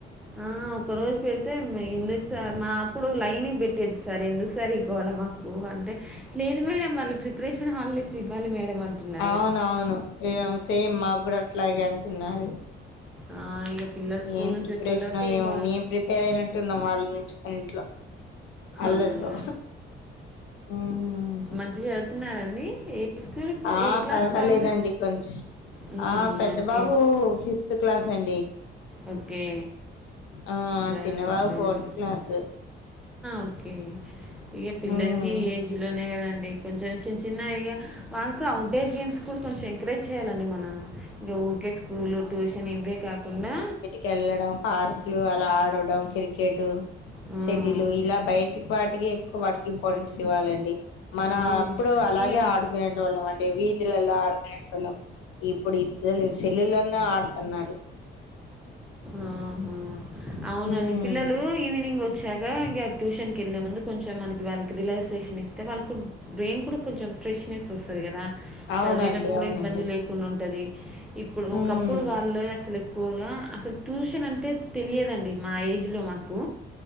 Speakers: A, in the centre; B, on the left (about 85°).
A: ఆ! ఒకరోజు పెడితే మ- ఎందుకు సార్ మా అప్పుడు లైన్కి పెట్టేది సార్ ఎందుకు సార ఇ గూల మాకు కు అంటే లేదు మేడే మళ్ళీ ప్రిపరేషన్ హాలిడేస్ ఇవ్వాలి మేడం అంటున్నారు.
B: అవున అవును ఏ సేమ్ మాకు కూడా అట్లాగే అంటున్నారు
A: ఆ! ఇక పిల్లలు స్కూల్
B: ఏం
A: నుంచి
B: ప్రిపరేషన్
A: వచ్చేలోకే
B: ఏమో
A: ఇక
B: మేం ప్రిపేర్ అయినట్టున్నాం వాళ్ళ నుంచి మన ఇంట్లో అల్లరితో
A: అవునా
B: ఉమ్
A: మంచి <unintelligible> ఏ స్కూల్ ఇప్పుడు
B: ఆ
A: ఏ క్లాస్
B: పర్వాలేదండి
A: వాళ్ళు?
B: కొంచెం
A: హుహు.
B: ఆ పెద్ద
A: ఓకే.
B: బాబు ఫిఫ్త్ క్లాస్ <unintelligible>
A: ఓకే
B: ఆ
A: సరే
B: చిన్నబాబు
A: సరే
B: ఫోర్త్ క్లాస్
A: ఓకే ఇక పిల్లలకి
B: ఉమ్
A: ఈ ఏజ్ లోనే కదండి కొంచెం చిన్న చిన్న ఇగ వాళ్ళు కూడా అవుట్డోర్ గేమ్స్ కూడా కొంచెం ఎంకరేజ్ చేయాలండి మనన ఇంకా ఊరికే స్కూల్ ట్యూషన్ ఇవే కాకుండా
B: వెళ్లడం పార్క్లు అలా ఆడడం క్రికెట్
A: హ్మ్.
B: సెటిల్ ఇలా బయటికి వాటికి ఎక్కువ ఇంపార్టెన్స్ ఇవ్వాలండి మనం
A: హ్మ్.
B: అప్పుడు అలాగే
A: ఇగ
B: ఆడుకునేటోళ్ళం అండి <unintelligible> లో ఇప్పుడు ఈ పిల్లలు <unintelligible> ఆడుతున్నారు
A: ఆహా! అవునండి
B: ఉమ్
A: పిల్లలు ఈవినింగ్ చాగా ఇంగా ట్యూషనకెళ్ళ ముందు కొంచెం మకి వాళ్ళకి రిలాక్సేషన్ ఇస్త అయితే వాళ్ళకు బ్రెయిన్ కూడా కొంచెం ఫ్రెష్నెస్ వస్తుంది కదా
B: అవునండి
A: చదివేటప్పుడు కూడా
B: అవునండి
A: ఇబ్బంది లేకుండా ఉంటది ఇప్పుడు ఒకప్పుడు
B: ఉమ్
A: వాళ్ళు అసలు ఎక్కువగా అసలు ట్యూషన్ అని తె తెలియదండి మా ఏజ్ లో మాకు